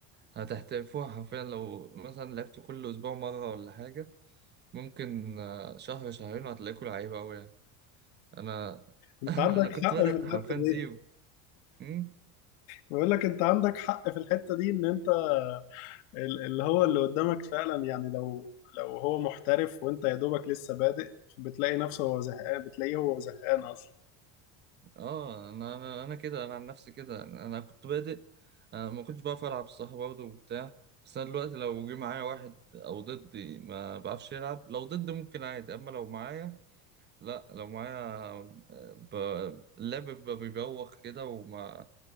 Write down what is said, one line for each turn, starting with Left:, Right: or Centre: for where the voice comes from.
Right: هتحترفوها حرفيا لو مثلا لعبتوا كل اسبوع مرة ولا حاجة ممكن آه، شهر شهرين وهتلاقيكوا لعيبة اوي يعني انا
Left: انت
Right: <laughs>
Left: عندك
Right: انا كنت
Left: حق
Right: بادئ
Left: في الحتة
Right: حرفيا
Left: دي
Right: زيرو أمم،
Left: بقول لك انت عندك حق في الحتة دي ان انت ال- اللي هو اللي قدامك فعلا يعني لو لو هو محترف وانت يا دوبك لسه بادئ بتلاقي نفسه هو زهقان بتلاقيه هو زهقان اصلا
Right: اه انا انا انا كده انا عن نفسي كده انا كنت بادئ انا ما كنتش بعرف العب صح برضه وبتاع بس انا دلوقتي لو جه معايا واحد او ضدي ما بعرفش يلعب لو ضدي ممكن عادي اما لو معايا لا لو معايا ب... اللعب بيبقى بيبوخ كده وما